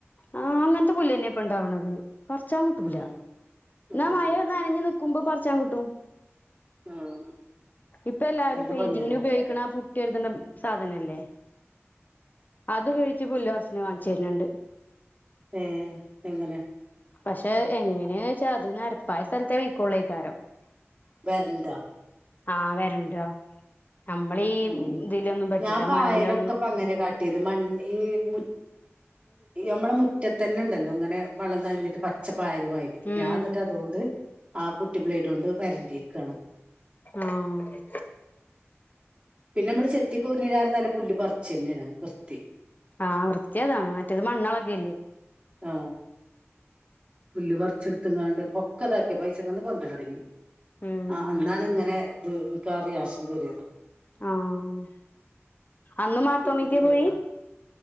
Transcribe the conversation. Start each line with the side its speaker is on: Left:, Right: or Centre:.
Left: ആഹ് അങ്ങനത്തെ പുല്ലു തന്നാ ഇപ്പ ഉണ്ടാവണത് പറിച്ചാൻ കിട്ടൂല
Right: ഉം ഉം
Left: എന്നാ മഴ നനഞ്ഞു നിക്കുമ്പം പറിച്ചാൻ കിട്ടും
Right: ഉം
Left: ഇപ്പ എല്ലാവരും
Right: നല്ല
Left: പെയിന്റിങ്ങിന്
Right: പണിയാണ്
Left: ഉപയോഗിക്കണ ആ പുട്ട് കുട്ടിയെഎഴുതണം സാധനല്ലേ അത് ഉപയോഗിച്ച് പുല്ല് പറിച്ചണ കാങ്ങിച്ചു തരുന്നുണ്ട്
Right: ഏഹ് എങ്ങനെ
Left: പക്ഷെ എങ്ങനെയോ ചോദിച്ചാ അതു നെരപ്പായ സ്ഥലത്തേ വീക്കൊള്ളീക്കാരം
Right: വെരണ്ടോ
Left: ആഹ് വരണ്ടോ നമ്മളീ
Right: ഉം
Left: ഇതിലൊന്നും പറ്റൂല
Right: ഞാൻ പായലൊക്കെ
Left: മണ്ണിലൊന്നും
Right: ഇപ്പ അങ്ങനെ കാട്ട് ട്ടിയത് മാൺ ഈഹ് മു നമ്മടെ മുറ്റത്തന്നുണ്ടല്ലോ ഇങ്ങനെ വളന്നഴിഞ്ഞിട്ട് പ ച്ചപ്പായാലു മായിരി
Left: ഉം
Right: ഞാൻ എന്നിട്ട് അതോണ്ട് ആ കുട്ടി ബ്ലേഡ് കൊണ്ട് വരണ്ടീക്കുവാണ്
Left: ആഹ്
Right: പിന്നെ നമ്മള് ചെത്തിക്കൂറിഞ്ഞില്ലാരും പുല്ല് പറിച്ചെന്നയാണ് വൃത്തി
Left: ആഹ് വൃത്തികേടാണ് മറ്റേത് മണ്ണി ളകേലെ
Right: ആ പുല്ല് പററിച്ചെടുത്തെങ്ങാണ്ട് പൊക്കതാക്കി പൈസങ്ങന്ന് പൊന്തലൊടങ്ങി
Left: ഉം
Right: ആ അന്നാണിങ്ങനെ ഇത് മിക്കവാറും ഗ്യാസിങ്കേറിയതാ
Left: ആഹ് അന്ന് മാർത്തോമീക്ക
Right: പുല്ലിന്ന് വരുന്നോ
Left: പോയി